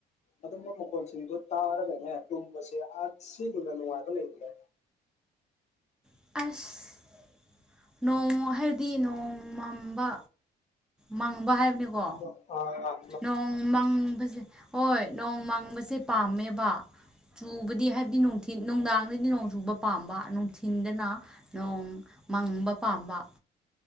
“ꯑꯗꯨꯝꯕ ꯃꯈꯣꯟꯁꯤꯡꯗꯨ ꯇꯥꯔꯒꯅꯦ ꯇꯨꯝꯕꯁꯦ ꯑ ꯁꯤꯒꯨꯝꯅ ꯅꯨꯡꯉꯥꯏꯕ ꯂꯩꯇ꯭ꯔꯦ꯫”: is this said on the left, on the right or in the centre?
Left